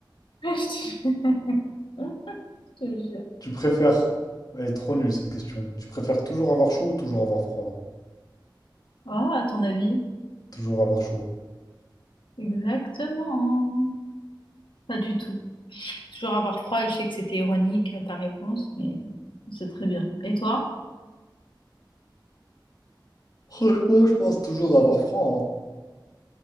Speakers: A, on the left (about 80°); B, on the left (about 50°).
A: <laughs> Je te jure. <laughs> Je te jure.
B: Tu préfères... Elle est trop nulle cette question. Tu préfères toujours avoir chaud ou toujours avoir froid?
A: Oh, à ton avis?
B: Toujours avoir chaud.
A: Exactement. Pas du tout. Toujours avoir froid et je sais que c'était ironique, euh, ta réponse, mais c'est très bien. Et toi?
B: Franchement, je pense toujours avoir froid. hein.